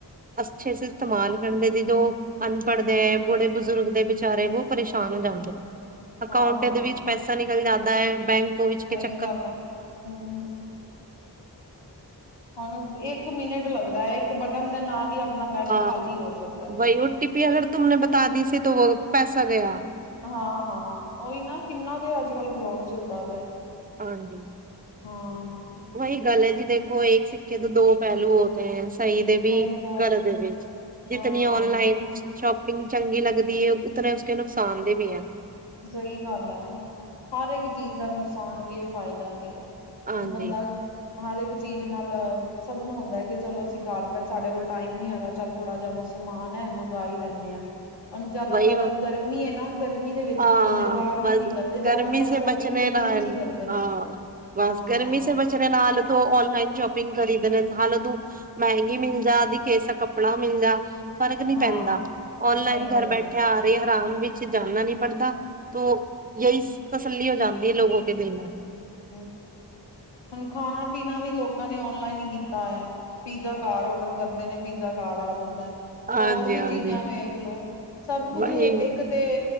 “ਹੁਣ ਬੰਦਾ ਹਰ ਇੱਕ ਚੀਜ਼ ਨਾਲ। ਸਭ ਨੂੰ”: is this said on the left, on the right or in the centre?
Left